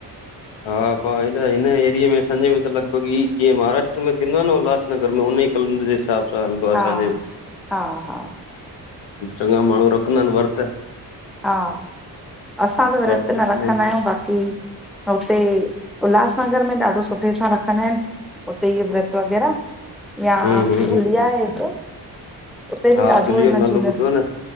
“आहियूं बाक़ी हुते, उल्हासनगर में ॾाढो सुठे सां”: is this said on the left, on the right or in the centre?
Centre